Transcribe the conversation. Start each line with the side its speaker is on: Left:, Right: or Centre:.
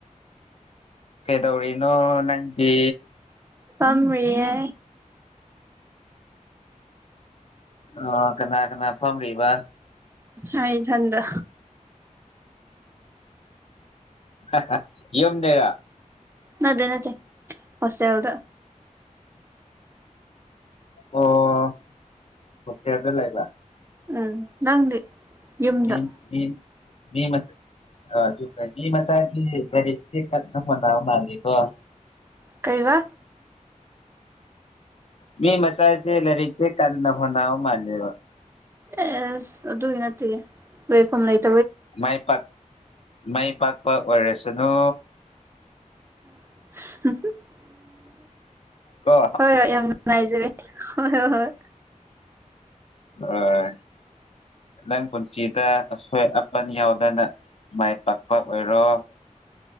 Left: ꯀꯩ ꯇꯧꯔꯤꯅꯣ ꯅꯪꯗꯤ
Right: ꯄꯝꯔꯤꯌꯦ
Left: ꯑꯥ ꯀꯅꯥ ꯀꯅꯥ ꯐꯝꯂꯤꯕ
Right: ꯏꯁꯥ ꯏꯊꯟꯗ
Left: ꯍꯥꯍꯥ ꯌꯨꯝꯗꯦꯔꯣ
Right: ꯅꯗꯦ ꯅꯠꯇꯦ ꯍꯣꯁꯇꯦꯜꯗ
Left: ꯑꯣ ꯍꯣꯁꯇꯦꯜꯗ ꯂꯩꯕ
Right: ꯎꯝ ꯅꯪꯗꯤ ꯌꯨꯝꯗ
Left: ꯃꯤ ꯃꯤ ꯃꯤꯃꯆꯥ ꯑꯥ ꯑꯗꯨꯗꯒꯤ ꯃꯆꯥꯥꯏꯒꯤ <unintelligible> ꯃꯥꯜꯂꯤꯀꯣ
Right: ꯀꯩ ꯕꯥ
Left: ꯃꯤ ꯃꯆꯥꯁꯦ ꯂꯥꯏꯔꯤꯛꯁꯦ ꯀꯟꯅꯍꯣꯠꯅꯥ ꯃꯥꯂꯦꯕ
Right: ꯑꯦꯁ ꯑꯗꯨꯒꯤ ꯅꯠꯇꯦ ꯂꯩꯐꯝ ꯂꯩꯇꯦ
Left: ꯃꯥꯏ ꯄꯥꯛ ꯃꯥꯏ ꯄꯥꯛꯄ ꯑꯣꯏꯔꯁꯅꯨ
Right: <inaudible>
Left: ꯀꯣ
Right: ꯍꯣꯏ ꯍꯣꯏ ꯌꯥꯝ ꯅꯨꯡꯉꯥꯏꯖꯔꯦ ꯍꯣꯏ ꯍꯣꯏ ꯍꯣꯏ
Left: ꯍꯣꯏ ꯅꯪ ꯄꯨꯟꯁꯤꯗ ꯑꯁꯣꯏ ꯑꯄꯟ ꯌꯥꯎꯗꯅ ꯃꯥꯏ ꯄꯥꯛꯄ ꯑꯣꯏꯔꯣ ꯐ